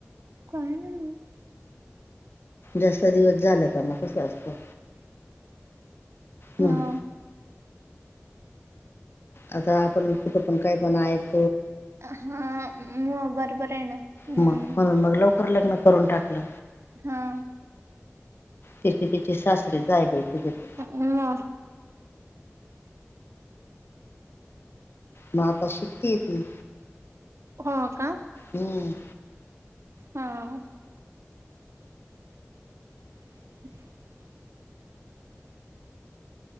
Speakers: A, on the right; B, on the left.
A: काय नाही
B: जास्त दिवस झाल का मग कसं असतं
A: हा
B: मग आता आपण कुठून पण काय पण ऐक
A: हा म बरोबर आहे ना हम्म
B: मग म्हणून मग लवकर लग्न करून टाकलं
A: हा
B: तिचे तिची सासरेच जाय बाय तेज्यात
A: अं आ
B: मग आता शिकतीय ती.
A: हो, का.
B: हम्म.
A: हा. <inaudible>